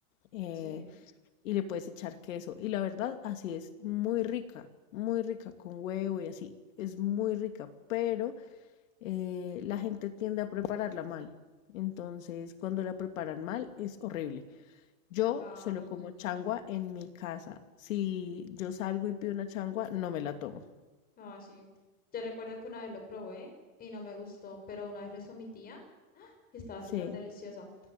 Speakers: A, on the left; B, on the left.
A: eh,
B: Sí,
A: y le puedes echar queso. Y la verdad, así es muy rica, muy rica con huevo y así. Es muy rica, pero eh, la gente tiende a prepararla mal. Entonces, cuando la preparan mal, es horrible. Yo
B: claro.
A: solo como changua en mi casa. Si yo salgo y pido una changua, no me la tomo.
B: Ah, sí. Yo recuerdo que una vez lo probé y no me gustó, pero una vez lo hizo mi tía y estaba
A: Sí,
B: súper deliciosa.